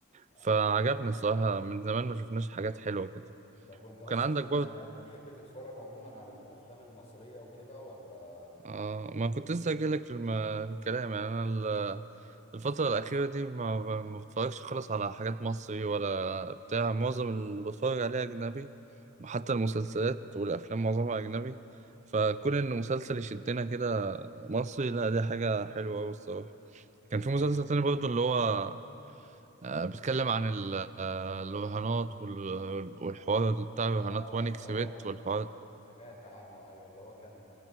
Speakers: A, on the left (about 30°); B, on the right (about 30°).
A: ايوه
B: فعجبني الصراحة من زمان ما شفناش حاجات حلوة كده
A: طب وانت اصلا
B: وكان عندك برضه
A: بتحب تتفرج عموما على الافلام المصرية وكده ولا ما
B: آه
A: كنت
B: ما كنت لسه أجيلك في الم- في الكلام يعني أنا ال- الفترة الأخيرة دي ما ب- ما بتفرجش خالص على حاجات مصري ولا بتاع معظم اللي بتفرج عليه أجنبي حتى المسلسلات والأفلام معظمها أجنبي فكون إن مسلسل يشدنا كده مصري لا دي حاجة حلوة أوي الصراحة كان في مسلسل تاني برضه اللي هو آه، بيتكلم عن ال- آه، الرهانات وال- والحوار بتاع الرهانات
A: اه
B: وان
A: اللي
B: اكس
A: هو
B: بت والحوار
A: س-
B: ده.
A: سمعت عنه ايوه اللي هو كان